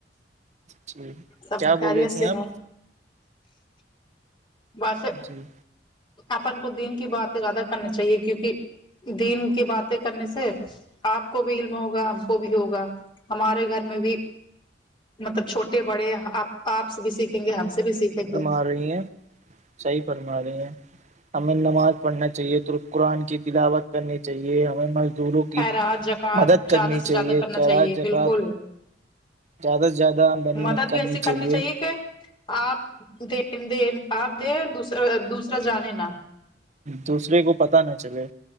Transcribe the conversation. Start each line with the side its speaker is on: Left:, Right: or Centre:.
Right: جی
Left: سب
Right: کیا
Left: خیریت
Right: بول رہی
Left: سے
Right: تھی آپ
Left: ہے ویس
Right: جی
Left: اپن کو دین کی باتیں زیادہ کرنی چاہیے کیونکہ دین کی باتیں کرنے سے آپ کو بھی علم ہوگا ہم کو بھی ہوگا ہمارے گھر میں بھی مطلب چھوٹے بڑے آپ آپ سے بھی سیکھیں گے ہم سے بھی سیکھیں گے
Right: آ رہی ہیں صحیح فرما رہی ہیں ہمیں نماز پڑھنا چاہیے قرآن کی تلاوت کرنی چاہیے ہمیں م دوروں کی
Left: خیرات جکات
Right: مدد
Left: زیادہ
Right: کرنی
Left: سے
Right: چاہیے
Left: زیادہ کرنا
Right: کییرا
Left: چاہیے
Right: جگات
Left: بالکل
Right: زیادہ سے زیادہ آمدنی
Left: مدد
Right: میں کرنی
Left: بھی ایسی
Right: چاہیے
Left: کہ آپ د د آپ دے دوسرا دوسرا جانے نہا
Right: دوسرے کو پتہ نہ چلے